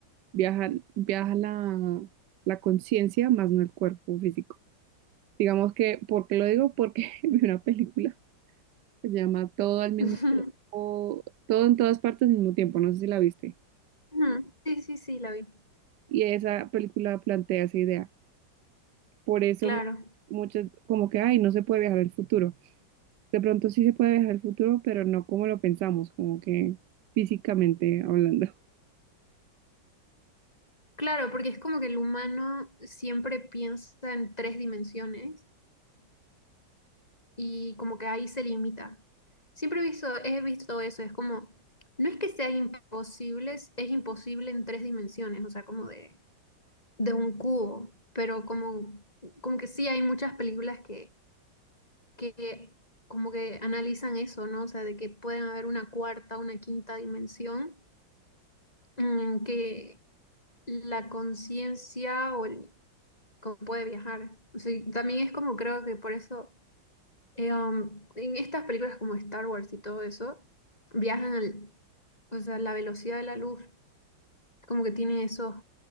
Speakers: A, on the right (about 70°); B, on the left (about 20°).
A: viaja, viaja la, la conciencia más no el cuerpo físico. Digamos que, ¿por qué lo digo? Porque <laughs> vi una película que se llama Todo al mismo
B: <laughs>
A: tiempo, todo en todas partes al mismo tiempo, no sé si la viste.
B: Ujú. Sí, sí, sí, la vi.
A: Y esa película plantea esa idea. Por eso
B: Claro,
A: mu- muchas, como que, ay, no se puede viajar al futuro. De pronto sí se puede viajar al futuro, pero no como lo pensamos, como que físicamente hablando. <laughs>
B: claro, porque es como que el humano siempre piensa en tres dimensiones. y como que ahí se limita. Siempre he visto, he visto eso, es como, no es que sea imposibles, es es imposible en tres dimensiones, o sea, como de, de un cubo, pero como, como que sí hay muchas películas que, que como que analizan eso, ¿no? O sea, de que pueden haber una cuarta, una quinta dimensión, mm, que la conciencia o el- como puede viajar. O sea, y también es como creo que por eso... Eh, um, en estas películas como Star Wars y todo eso, viajan al, o sea, la velocidad de la luz, como que tienen esos